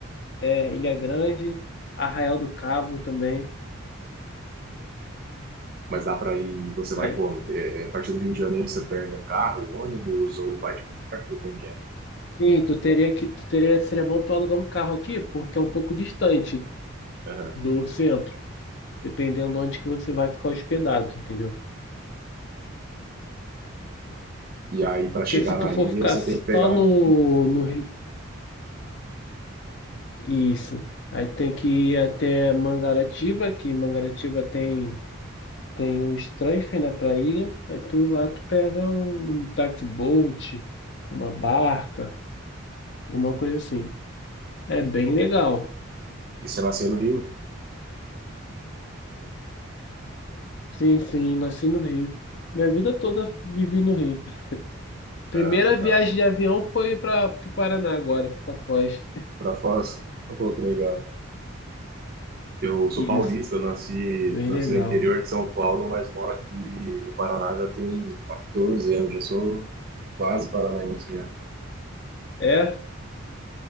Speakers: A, on the left (about 55°); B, on the right (about 45°).
A: é Ilha Grande, Arraial do Cabo também.
B: mas dá pra ir, você vai
A: É,
B: como? É, é, a partir do Rio de Janeiro você pega carro, ônibus ou vai de barco, como que é?
A: Sim, tu teria que, tu teria, seria bom tu alugar um carro aqui, porque é um pouco distante
B: Aham.
A: do centro, dependendo de onde que você vai ficar hospedado, entendeu?
B: E aí pra chegar
A: Porque se tu
B: na
A: for
B: ilha
A: ficar
B: você
A: só
B: tem que pegar
A: no,
B: um,
A: no Isso. Aí tem que ir até Mangaratiba, que Mangaratiba tem tem os transfer, né, pra ilha. Aí tu lá tu pega um, um táxi boat, uma barca, alguma coisa assim. É bem legal.
B: e você nasceu no Rio?
A: Sim, sim, nasci no Rio. Minha vida toda vivi no Rio. Primeira
B: Ah, legal.
A: viagem de avião foi para o Paraná agora, para Foz.
B: Pra Foz? Pô, que legal. Eu sou
A: Isso,
B: paulista, eu nasci,
A: bem
B: nasci
A: legal.
B: no interior de São Paulo, mas moro aqui no Paraná já tem 14 anos, já sou quase paranaense já.
A: É?